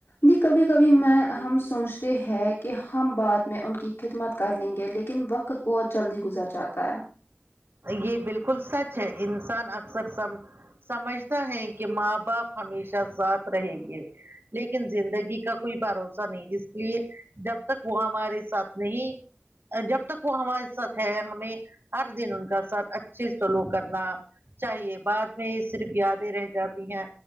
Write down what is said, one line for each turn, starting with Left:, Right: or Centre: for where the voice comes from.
Left: ج کبھی کبھی میں ہم سوچتے ہیں کہ ہم بات میں ان کی خدمت کر لیں گے لیکن وقت بہت جلدی گزر جاتا ہے
Right: یہ بالکل سچ ہے انسان اکثر سب سمجھتا ہے کہ ماں باپ ہمیشہ ساتھ رہیں گے لیکن زندگی کا کوئی بھروسہ نہیں اس لیے جب تک وہ ہمارے ساتھ نہیں جب تک وہ ہمارے ساتھ ہے ہمیں ہر دن ان کا ساتھ اچھے سلوک کرنا چاہیے بعد میں یہ صرف یادیں رہ جاتی ہیں